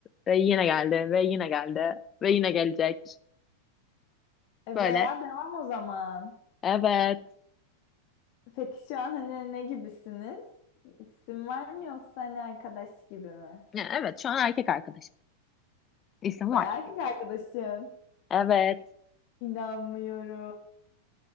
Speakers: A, on the left (about 25°); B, on the left (about 45°).
A: ve yine geldi ve yine geldi ve yine gelecek.
B: E
A: Böyle
B: bayağı devam o zaman.
A: evet.
B: Peki şu an hani ne gibisiniz? İsim var mı yoksa hani arkadaş gibi mi?
A: Ya, evet şu an erkek arkadaşım. İsim
B: Bayağı
A: var.
B: erkek arkadaşın.
A: Evet.
B: İnanmıyorum.